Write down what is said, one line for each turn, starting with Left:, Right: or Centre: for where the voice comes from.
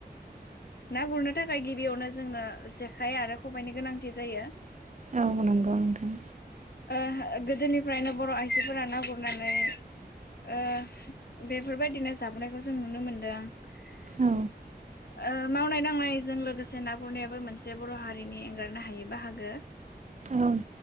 Left: ना गुरनो थाखाय गिबियावनो जोंनो जेखाइ आरो खबाइनि गोनांथि जायो।
Right: औ नंगौ नोंथां
Left: आ गोदोनिफ्रायनो बर आइजोफोरा ना गुर गुरनानै ओ बेफोरबायदिनो जाबोनायखौ जों नुनो मोन्दों ओ
Right: औ
Left: मावनाय दांनायजों लोगोसे ना गुरनायाबो मोनसे बर हारिनि एंगारनो हायै बाहागो
Right: औ